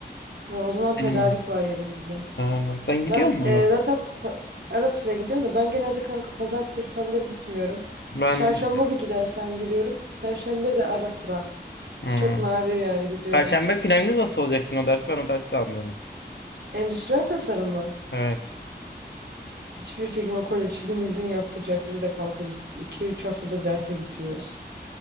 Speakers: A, on the right; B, on the left.
A: Ha, o zaman
B: Benim
A: tedarik
B: var.
A: var yarın bizim.
B: Aynen. Sen gidiyor
A: Ben
B: musun
A: e,
B: ona?
A: zaten pa- ara sıra gidiyorum da ben genelde kanka pazartesi salıları gitmiyorum.
B: Ben
A: Çarşamba bir gidersen gidiyorum. Perşembe de ara sıra.
B: Hmm.
A: Çok nadir yani gidiyorum.
B: Perşembe finalinde nasıl olacaksın o dersi? Ben o dersi de almıyorum.
A: Endüstriyel tasarım mı?
B: Evet.
A: Hiçbir fikrim yok. Öyle çizim izim yaptıracak bizi de kanka. Biz 2-3 haftadır derse gitmiyoruz.